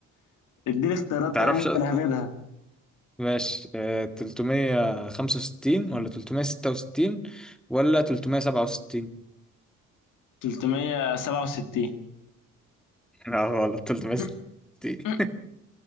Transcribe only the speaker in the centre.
تعرفش
ماشي آه، 365 ولا 366 ولا 367
لا غلط 366